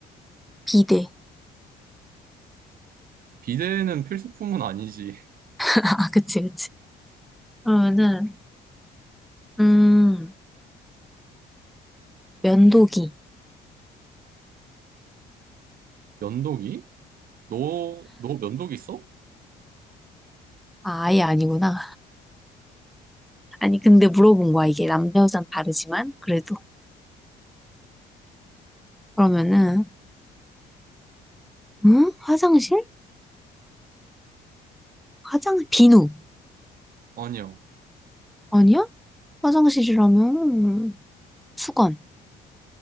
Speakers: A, in the centre; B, on the right (about 60°).
A: 비데.
B: 비데는 필수품은 아니지. <laughs>
A: <laughs> 아, 그치, 그치. 그러면은, 음, 면도기.
B: 면도기? 너, 너 면도기 있어?
A: 아, 아예 아니구나. 아니, 근데 물어본 거야. 이게 남자, 여자는 다르지만, 그래도. 그러면은, 음? 화장실? 화장, 비누.
B: 아니야.
A: 아니야? 화장실이라면, 수건.